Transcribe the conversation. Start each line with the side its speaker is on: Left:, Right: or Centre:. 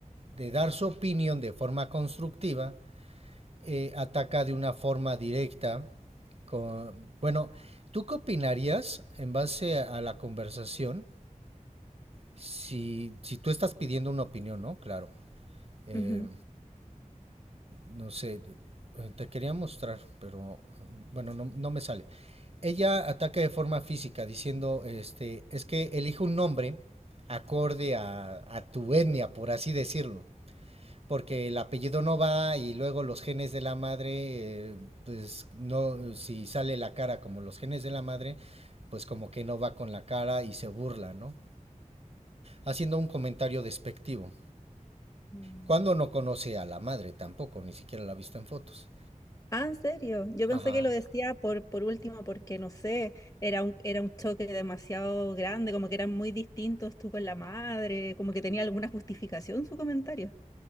Right: de dar su opinión de forma constructiva, eh, ataca de una forma directa. Con, bueno, ¿tú qué opinarías en base a la conversación? Si, si tú estás pidiendo una opinión, ¿no? Claro. Eh,
Left: Ujú.
Right: no sé, te quería mostrar, pero bueno, no, no me sale. Ella ataca de forma física diciendo, este, es que elige un nombre acorde a, a tu etnia, por así decirlo. porque el apellido no va y luego los genes de la madre, eh, pues no, si sale la cara como los genes de la madre, pues como que no va con la cara y se burla, ¿no? Haciendo un comentario despectivo.
Left: Mm.
Right: Cuando no conoce a la madre tampoco, ni siquiera la ha visto en fotos.
Left: Ah, ¿en serio? Yo pensé
Right: Ajá.
Left: que lo decía por, por último porque, no sé, era un, era un choque demasiado grande, como que eran muy distintos tú con la madre, como que tenía alguna justificación su comentario.